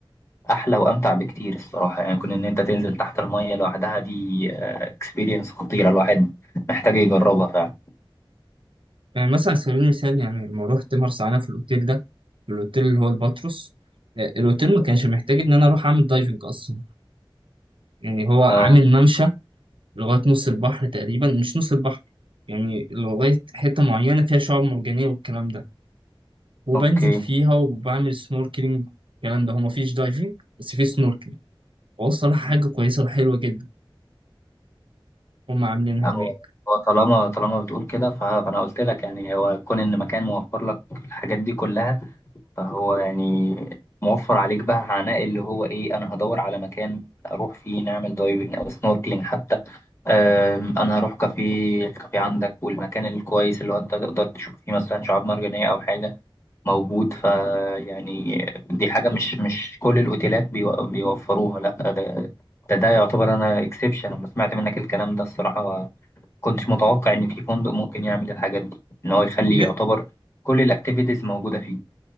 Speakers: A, on the left; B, on the right.
A: أحلى وأمتع بكتير الصراحة يعني كون إن أنت تنزل تحت المية لوحدها دي اكسبيرينس خطيرة الواحد محتاج يجربها فعلا
B: يعني مثلا على سبيل المثال يعني لما روحت مرسى علم في الأوتيل ده الأوتيل اللي هو الباتروس آه، الأوتيل ما كانش محتاج إن أنا أروح أعمل دايفنج أصلا يعني هو عامل
A: أه
B: ممشى لغاية نص البحر تقريبا مش نص البحر يعني لغاية حتة معينة فيها شعاب مرجانية والكلام ده وبنزل
A: أوكي
B: فيها وبعمل سنوركلينج الكلام ده هو مفيش دايفنج بس في سنوركلينج هو الصراحة حاجة كويسة وحلوة جدا هم عاملينها
A: لا،
B: هناك
A: هو هو طالما طالما بتقول كده ف- فانا قلت لك يعني هو كون ان مكان موفر لك الحاجات دي كلها فهو يعني موفر عليك بقى عناء اللي هو ايه انا هدور على مكان اروح فيه نعمل دايفنج او سنوركلينج حتى أم، انا هروح كافيه الكافيه عندك والمكان الكويس اللي هو انت تقدر تشوف فيه مثلا شعاب مرجانية او حاجة موجود ف يعني دي حاجة مش مش كل الاوتيلات بيو- بيوفروها لا ده ده, ده يعتبر انا اكسبشن لما سمعت منك الكلام ده الصراحة كنتش متوقع إن في فندق ممكن يعمل الحاجات دي إن هو يخلي
B: غير
A: يعتبر كل الأكتيفيتيز موجودة فيه